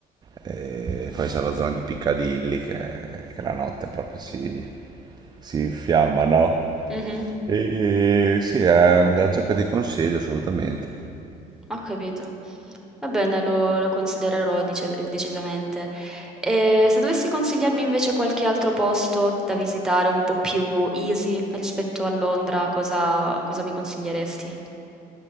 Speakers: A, on the right (about 25°); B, in the centre.
A: e poi c'è la zona di Piccadilly che, che la notte proprio si, si infiamma, no?
B: Mh-mh.
A: E sì, è un viaggio che ti consiglio assolutamente.
B: Ho capito. Va bene, lo lo considererò dice decisamente. E se dovessi consigliarmi invece qualche altro posto da visitare un po' più easy rispetto a Londra, cosa cosa mi consiglieresti?